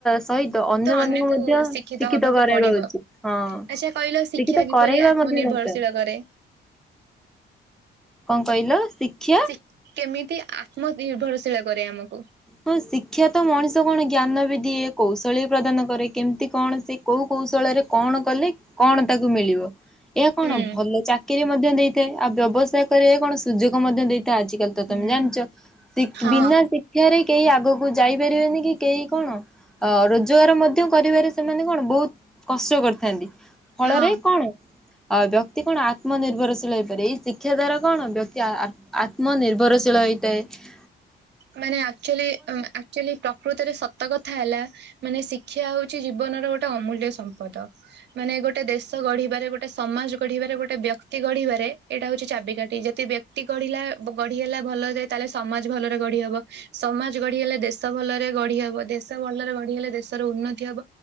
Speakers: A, in the centre; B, on the right (about 60°).
A: ସହିତ ଅନ୍ୟ ମାନଙ୍କୁ
B: ଅନ୍ୟକୁ
A: ମଧ୍ୟ ଶିକ୍ଷିତ
B: ହବାକୁ
A: କରାଇବା
B: ପଡିବ
A: ଉଚିତ ହଁ। ଶିକ୍ଷିତ
B: ଆଚ୍ଛା କହିଲ ଶିକ୍ଷା କିପରି
A: କରାଇବା
B: ଆତ୍ମନିର୍ଭରଶୀଳ
A: ମଧ୍ୟ ଦରକାର।
B: କରେ?
A: କଣ କହିଲ? ଶିକ୍ଷା
B: ସେ କେମିତି ଆତ୍ମନିର୍ଭରଶୀଳ କରେ ଆମକୁ।
A: ହଁ ଶିକ୍ଷା ତ ମଣିଷ କଣ ଜ୍ଞାନ ବି ଦିଏ କୌଶଳ ପ୍ରଦାନ କରେ କେମିତି କଣ ସେ କୋଉ କୌଶଳରେ କଣ କଲେ କଣ ତାକୁ ମିଳିବ? ଏହା କଣ
B: ହୁଁ
A: ଭଲ ଚାକିରି ମଧ୍ୟ ଦେଇଥାଏ ଆଉ ବ୍ୟବସାୟ କରିବା କଣ ସୁଯୋଗ ମଧ୍ୟ ଦେଇଥାଏ ଆଜିକାଲି ତ
B: ହୁଁ
A: ତମେ ଜାଣିଛ
B: ହଁ
A: ବିନା ଶିକ୍ଷାରେ କେହି ଆଗକୁ ଯାଇପାରିବେନି କି କେହି କଣ? ଅ ରୋଜଗାର ମଧ୍ୟ କରିବାରେ ସେମାନେ କଣ ବହୁତ କଷ କରିଥାନ୍ତି। ଫଳରେ
B: ହଁ।
A: କଣ? ଅ ବ୍ୟକ୍ତି କଣ ଆତ୍ମନିର୍ଭରଶୀଳ ହେଇପାରେ ଏଇ ଶିକ୍ଷା ଦ୍ଵାରା କଣ ବ୍ୟକ୍ତିଆ ଆତ୍ମ ନିିର୍ଭରଶୀଳ ହେଇଥାଏ‌।
B: ମାନେ ଆଚୁଲି ଉ ଆଚୁଲି ପ୍ରକୃତରେ ସତ କଥା ହେଲା ମାନେ ଶିକ୍ଷା ହଉଛି ଜୀବନର ଗୋଟେ ଅମୂଲ୍ୟ ସମ୍ପଦ। ମାନେ ଗୋଟେ ଦେଶ ଗଢିବାରେ ଗୋଟେ ସମାଜ ଗଢିବାରେ ଗୋଟେ ବ୍ୟକ୍ତି ଗଢିବାରେ ଏଇଟା ହଉଛି ଚାବିକାଠି ଯେତେ ବ୍ୟକ୍ତ ତି ଗଢିଲା ଗଢି ହେଲା ଭଲ ତାହେଲେ ସମାଜ ଭଲ ଗଢି ହବ ସମାଜ ଗଢି ହେଲେ ଦେଶ ଭଲରେ ଗଢିହେବ ଦେଶ ଭଲରେ ଗଢି ହେଲେ ଦେଶର ଉନ୍ନତି ହବ।